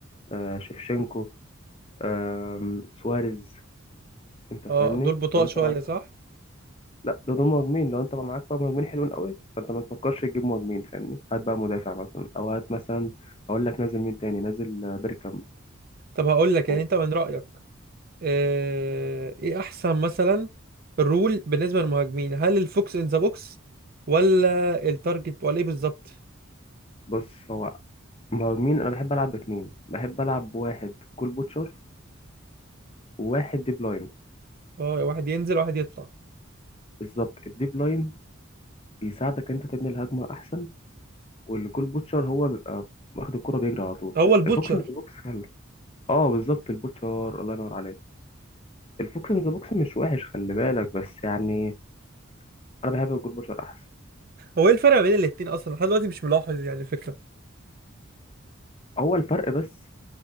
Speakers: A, on the left; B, on the right.
A: آه شيفشенко آه سواريز انت فاهمني
B: اه دول بطاء
A: لو انت
B: شويه
A: معاك
B: صح
A: لا ده دول مهاجمين لو انت بقى معاك بقى مهاجمين حلوين قوي فانت ما تفكرش تجيب مهاجمين فاهمني هات بقى مدافع مثلا او هات مثلا اقول لك نازل مين تاني نازل آه، بيركامب
B: طب هقول لك
A: و-
B: يعني انت من رايك آه، ايه احسن مثلا الرول بالنسبه للمهاجمين هل الفوكس ان ذا بوكس ولا التارجت ولا ايه بالظبط
A: بص هو مهاجمين انا بحب العب باتنين بحب العب بواحد جول بوتشر وواحد ديب لاين
B: اه واحد ينزل واحد يطلع
A: بالظبط الديب لاين بيساعدك انت تبني الهجمه احسن والجول بوتشر هو بيبقى واخد الكرة بيجري على طول
B: هو البوتشر
A: الفوكس ان ذا بوكس حلو اه بالظبط البوتشر الله ينور عليك الفوكس ان ذا بوكس مش وحش خلي بالك بس يعني انا بحب الجول بوتشر احسن
B: هو ايه الفرق بين الاتنين اصلا لحد دلوقتي مش ملاحظ يعني الفكره
A: هو الفرق بس